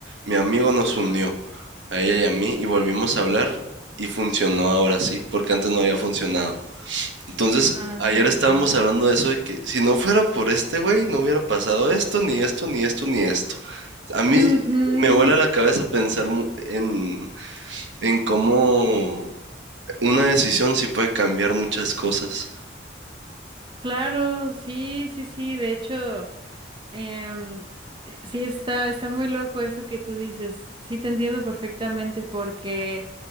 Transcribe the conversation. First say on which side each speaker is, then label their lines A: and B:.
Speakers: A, on the right (about 80°); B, on the right (about 25°).
A: mi amigo nos unió, a ella y a mí, y volvimos a hablar y funcionó ahora sí, porque antes no había funcionado. Entonces,
B: ah,
A: ayer estábamos
B: ok.
A: hablando de eso de que si no fuera por este güey, no hubiera pasado esto, ni esto, ni esto, ni esto. A mí
B: Ujú,
A: me vuela la cabeza pensar mu- en, en cómo una decisión sí puede cambiar muchas cosas.
B: Claro, sí, sí, sí. De hecho, em, eh, sí está, está muy loco eso que tú dices. Sí, te entiendo perfectamente porque,